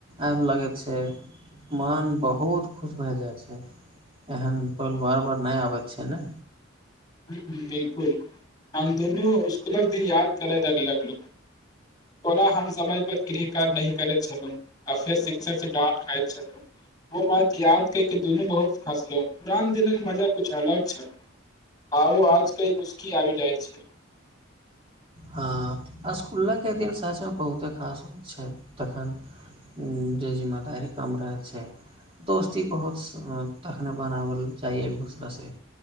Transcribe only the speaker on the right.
आबि लगैत छै मन बहुत खुश भय जाइ छै एहन पल वार बार नहि आबैत छै ने
हँ असकुलक दिन सच मे बहुते खास हो छै तखन जी जी माद र कमरा छय दोस्ती बहुत समानता बनाबल चाही एक दूसरा से